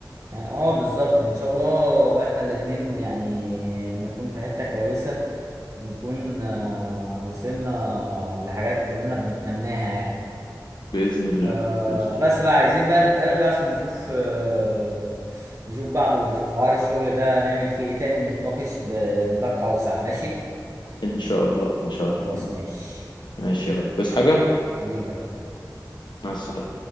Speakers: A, on the right; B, on the left.
A: يعني اه بالظبط ان شاء الله احنا الاتنين يعني نكون في حتة كويسة ونكون آه، وصلنا لحاجات كلنا بنتمناها يعني
B: باذن الله
A: آه
B: باذن
A: بس
B: الله
A: بقى عايزين بقى نتقابل بقى عشان نشوف آه نشوف بعض ونشوف حوار الشغل ده نعمل فيه ايه تاني ونتناقش بنطاق اوسع ماشي
B: ان شاء الله ان شاء
A: خلاص
B: الله
A: ماشي
B: ماشي يا غالي بس حاجه
A: حبيبي
B: مع السلامه